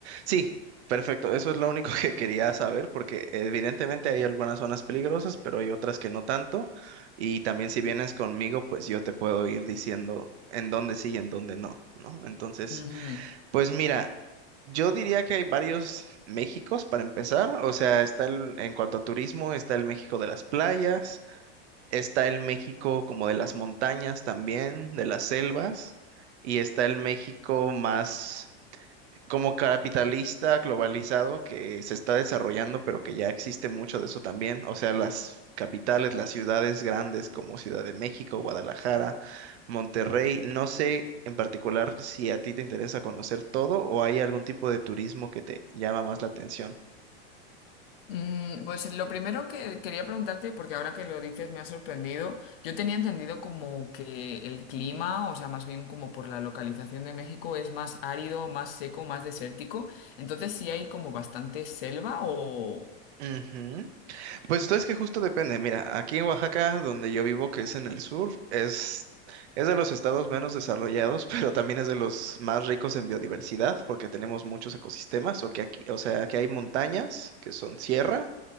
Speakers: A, on the right; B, on the left.
A: Sí, perfecto, eso es lo único <laughs> que quería saber porque evidentemente hay algunas zonas peligrosas, pero hay otras que no tanto. Y también si vienes conmigo, pues yo te puedo ir diciendo en dónde sí y en dónde no, ¿no? Entonces...
B: Ujú.
A: Pues mira, yo diría que hay varios Méxicos para empezar. O sea, está el, en cuanto a turismo, está el México de las playas, está el México como de las montañas también, de las selvas, y está el México más como capitalista globalizado que se está desarrollando, pero que ya existe mucho de eso también. O sea, las capitales, las ciudades grandes como Ciudad de México, Guadalajara, Monterrey. No sé en particular si a ti te interesa conocer todo o hay algún tipo de turismo que te llama más la atención.
B: Mm, pues lo primero que quería preguntarte, porque ahora que lo dices me ha sorprendido, yo tenía entendido como que el clima, o sea, más bien como por la localización de México, es más árido, más seco, más desértico. Entonces, sí hay como bastante selva o...
A: Ujú. Pues tú es que justo depende. Mira, aquí en Oaxaca, donde yo vivo, que es en el sur, es, es de los estados menos desarrollados, <laughs> pero también es de los más ricos en biodiversidad, porque tenemos muchos ecosistemas, o que aquí, o sea, que hay montañas, que son sierra,